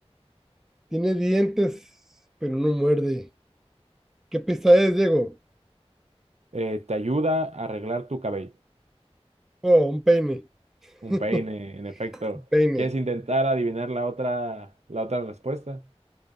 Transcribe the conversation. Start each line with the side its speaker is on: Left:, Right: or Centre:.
Centre: tiene dientes, pero no muerde. ¿Qué pista es, Diego?
Right: Eh, te ayuda a arreglar tu cabello.
Centre: Oh, un peine.
Right: Un
Centre: <laughs>
Right: peine, en efecto.
Centre: Un peine.
Right: ¿Quieres intentar adivinar la otra, la otra respuesta?